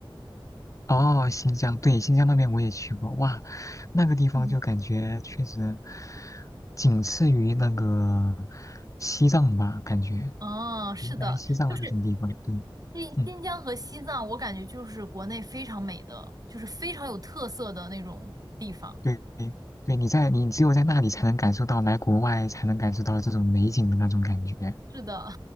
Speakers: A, on the left; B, on the right.
A: 哦，新疆，对，新疆那边我也去过，哇，那个地方就感觉确实
B: 嗯
A: 仅次于那个西藏吧，感觉
B: 嗯，是的，
A: 云南、西藏那种地方，
B: 就是
A: 对，
B: 新新疆和西藏，
A: 嗯，
B: 我感觉就是国内非常美的，就是非常有特色的那种地方。
A: 对，对，你在你只有在那里才能感受到，来国外才能感受到这种美景的那种感觉，
B: 是的，